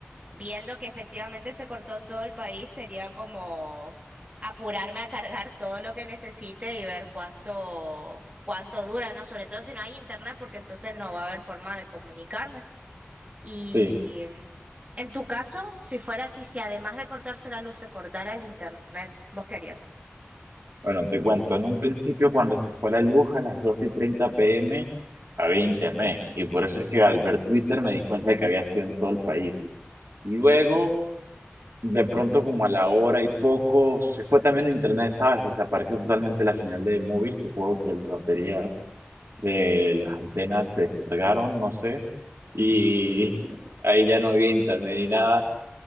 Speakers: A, on the right (about 30°); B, on the right (about 70°).
A: viendo que efectivamente se cortó en todo el país, sería como apurarme a cargar todo lo que necesite y ver cuánto, cuánto dura, ¿no? Sobre todo si no hay internet, porque entonces no va a haber forma de comunicarme. Y
B: Sí.
A: mm, en tu caso, si fuera así, si además de cortarse la luz se cortara el internet, ¿vos querías?
B: Bueno, te cuento, en un principio cuando se fue la luz a las 2 y treinta p. m. había internet y por eso es que al ver Twitter me di cuenta que había sido en todo el país. Luego,
A: Ujú.
B: de pronto como a la hora y poco, se fue también el internet, ¿sabes? Desapareció totalmente la señal de móvil, supongo que las baterías de las antenas se descargaron, no sé, y <laughs> ahí ya no había internet ni nada.